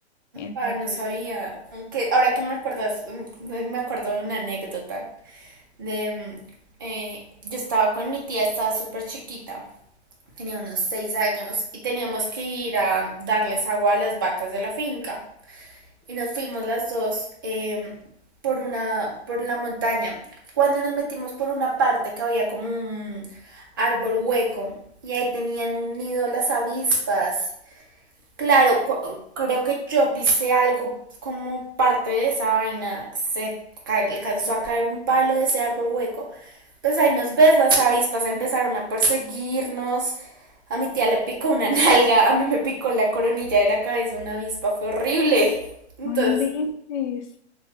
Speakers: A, on the left; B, on the right.
A: Entonces,
B: Ah, no sabía. Aunque ahora que me acuerdas, mm, me acuerdo de una anécdota de mm, eh, yo estaba con mi tía, estaba súper chiquita, tenía unos seis años y teníamos que ir a darles agua a las vacas de la finca. y nos fuimos las dos eh, por una por la montaña. Cuando nos metimos por una parte que había como un árbol hueco y ahí tenían un nido las avispas Claro, creo que yo pisé algo como parte de esa vaina. Se ca- alcanzó a caer un palo de ese árbol hueco. Pues ahí nos ves, las avispas empezaron a perseguirnos. A mi tía le picó una <laughs> nalga, a mí me picó la coronilla de la cabeza una avispa, fue horrible. <laughs> Entonces,
A: no inventes.